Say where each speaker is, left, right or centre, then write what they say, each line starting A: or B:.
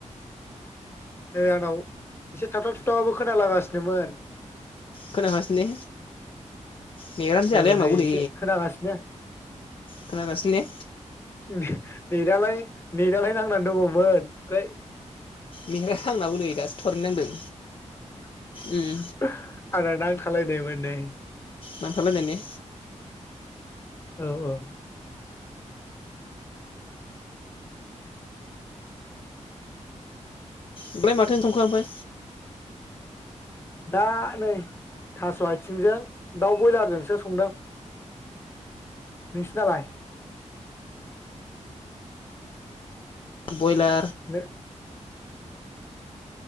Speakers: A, on the left (about 20°); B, on the left (about 45°).
A: नै आंनाव एसे थाबथाब थुथाबबाबो खोनालागासिनोमोन
B: खोनागासिनो ने नेेटानो जायालै
A: औ
B: आंनाव नै
A: एसे खोनागासिनो
B: खोनागासिनो ने?
A: <unintelligible> नेटालाय नेटालाय नांनानै दङमोन ओमफ्राय
B: नेटा आंनाबो नै दासो थरनो नांदों
A: <unintelligible>
B: उम
A: खालायनायमोन नै
B: नांथालायनाय ने
A: औ औ
B: ओमफ्रय माथो ओंखामखो ओमफ्राय
A: दा नै थास' आथिंजों दाउ ब्रयलारजोंसो संदों नोंसिनालाय
B: बयलार
A: बे